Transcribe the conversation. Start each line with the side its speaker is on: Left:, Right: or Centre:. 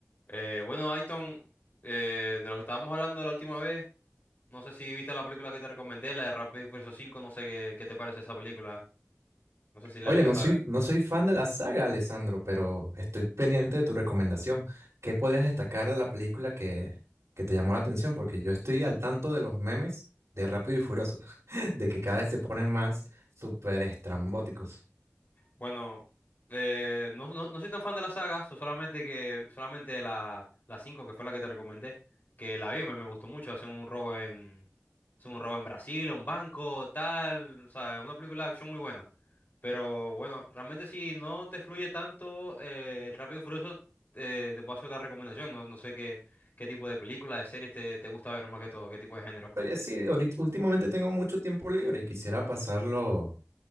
Left: Eh, bueno, Aiton, eh, de lo que estábamos hablando la última vez, no sé si viste la película que te recomendé, la de Rápido y Furioso 5, no sé qué, qué te parece esa película, no sé si la
Right: Oye,
Left: llegaste
Right: no soy,
Left: a ver.
Right: no soy fan de la saga, Alessandro, pero estoy pendiente de tu recomendación. ¿Qué podrías destacar de la película que, que te llamó la atención? Porque yo estoy al tanto de los memes de Rápido y Furioso, <laughs> de que cada vez se ponen más súper estrambóticos.
Left: Bueno, eh, no, no, no soy tan fan de la saga, so- solamente que solamente la, la 5 que fue la que te recomendé, que la vi, me, me gustó mucho, hacen un robo en, hacen un robo en Brasil, a un banco, tal, o sea, una película de acción muy buena. Pero bueno, realmente si no te fluye tanto eh, el Rápido y Furioso, eh, te puedo hacer otra recomendación. No, no sé qué, qué tipo de películas, de series te, te gusta ver más que todo, qué tipo de género.
Right: Oye, sí, ahorita, últimamente tengo mucho tiempo libre y quisiera pasarlo